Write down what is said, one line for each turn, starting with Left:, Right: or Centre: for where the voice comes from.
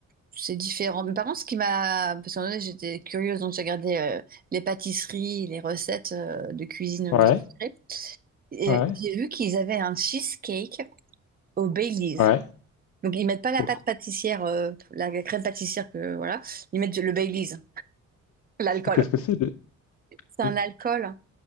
Right: c'est différent. Mais par contre, ce qui m'a. Parce qu'en vrai, j'étais curieuse, donc j'ai regardé euh, les pâtisseries, les recettes euh, de cuisine
Left: Ouais,
Right: sucrée. Et
Left: ouais,
Right: euh, j'ai vu qu'ils avaient un cheesecake au Baileys.
Left: ouais.
Right: Donc, ils mettent pas la
Left: Co
Right: pâte
Left: co
Right: pâtissière, euh, la crème pâtissière, que, voilà. Ils mettent le Baileys, l'alcool.
Left: c'est qu'est-ce que c'est de
Right: C'est un
Left: de
Right: alcool